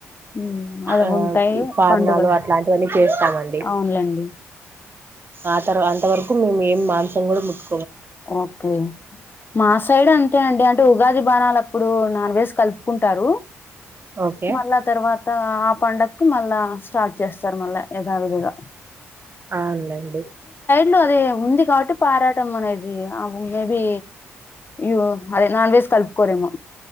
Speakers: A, on the left; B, on the right.
A: ఉమ్, అవి
B: ఆ
A: ఉంటాయి
B: ఇ పారణాలు
A: పండుగలు
B: అట్లాంటివన్నీ చేస్తామండి
A: అవునులేండి
B: ఆ తర్వా అంతవరకు మేము ఏం మాంసం కూడా ముట్టు
A: ఓకే మా సైడు అంతే అండి అం టు ఉగాది బాణాల అప్పుడు నాన్వేజ్ కలుపు కుంటారు
B: ఓకే
A: మళ్ళా తర్వా త ఆ పండక్కి మళ్ళా స్టార్ట్ చేస్తారు మళ్ళా యధావిధిగా
B: ఆవునులేండి
A: లు అది ఉంది కాబట్టి పారాటం అనేది ది అవు మే బి యు అదే నాన్వెజ్ కలుపుకోరేమో